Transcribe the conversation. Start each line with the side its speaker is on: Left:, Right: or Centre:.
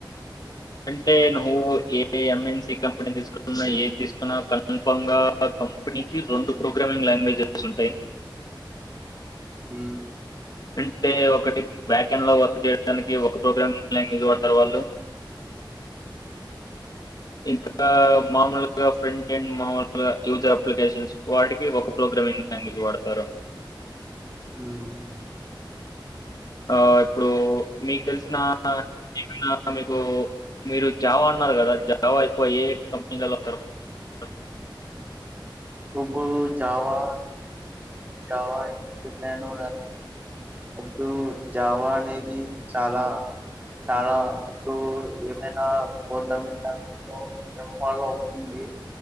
Left: అంటే నువ్వు ఏ ఎమ్ ఎన్ సీ కంపెనీ తీసుకున్నా ఏది తీసుకున్నా కన్ఫామ్ గా. కంపెనీకి రెండు ప్రోగ్రామింగ్ లాంగ్వేజెస్ ఉంటాయి.
Right: ఉమ్
Left: అంటే ఒకటి బ్యాకెండ్లో వర్క్ చేయడానికి ఒక ప్రోగ్రామింగ్ లాంగ్వేజ్ వాడతారు వాళ్ళు ఇంకా మామూలుగా ఫ్రంటెండ్ మాములుగా యూజర్ అప్లికేషన్స్ వాటికి ఒక ప్రోగ్రా మింగ్ లాంగ్వేజ్ వాడతారు
Right: ఉమ్
Left: ఆ ఇప్పుడు మీకు తెలిసిన ఏమైనా మీకు మీరు జావా అన్నారు కదా జావా అయిపోయి ఏ కంపెనీలలో చెప్తారా?
Right: ఇప్పుడు జావా జావా ఎంచితను ఇప్పుడు జావా అనేది చాలా చాలా ఇప్పుడు ఏమైనా ప్రోగ్రాం లూ ఎం బాలో అవుతుంది